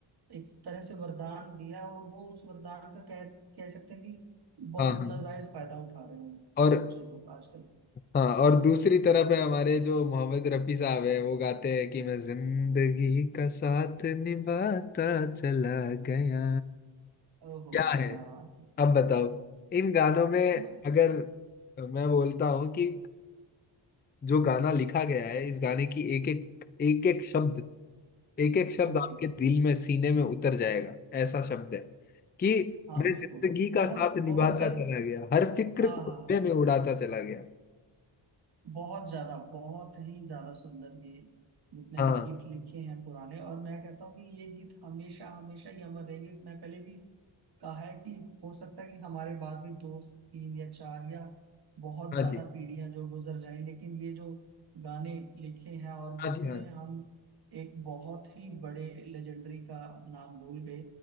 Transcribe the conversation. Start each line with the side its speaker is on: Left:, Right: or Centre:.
Right: एक तरह से वरदान दिया है और वो उस वरदान का कह कह सकते हैं कि बहुत
Left: हाँ हाँ
Right: नाजायज फायदा उठा रहे हैं उन
Left: और
Right: उन चीजों का आजकल
Left: हाँ और दूसरी तरफ है हमारे जो मोहम्मद रफी साहब है वो गाते हैं कि मैं जिंदगी का साथ निभाता चला गया
Right: ओहो
Left: क्या
Right: हो
Left: है
Right: क्या बात है।
Left: अब बताओ इन गानों में
Right: मत-
Left: अगर मैं बोलता हूँ कि जो गाना लिखा गया है इस गाने की एक एक एक एक शब्द एक एक शब्द
Right: हाँ
Left: आपके
Right: जी
Left: दिल में सीने में उतर जाएगा ऐसा शब्द है कि
Right: हाँ
Left: मैं
Right: बिल्कुल
Left: जिंदगी
Right: बहुत
Left: का साथ निभाता
Right: बहुत ज्यादा
Left: चला गया हर फिक्र
Right: हाँ हाँ
Left: को धुएं
Right: हाँ।
Left: में उड़ाता चला गया
Right: बहुत ज्यादा बहुत ही ज्यादा सुंदर ये जितने
Left: हाँ
Right: भी गीत लिखे हैं पुराने और मैं कहता हूँ कि ये गीत हमेशा हमेशा ही अमर रहेंगे मैं पहले भी कहा है कि हो सकता है कि हमारे बाद भी दो तीन या चार या बहुत
Left: हाँ
Right: ज्यादा
Left: जी
Right: पीढ़ियां जो गुजर जाएं लेकिन ये जो गाने लिखे हैं और
Left: हाँ
Right: जिसमें
Left: जी हाँ जी
Right: हम एक बहुत ही बड़े लेजेंडरी का नाम भूल गए